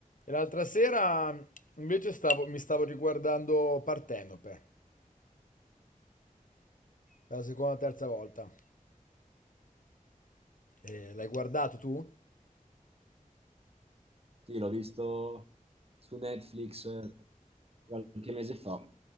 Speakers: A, on the left; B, on the right.
A: E l'altra sera invece stavo- mi stavo riguardando Partenope, per la seconda o terza volta. E l'hai guardato tu?
B: Sì, l'ho visto su Netflix eh, qualche mese fa.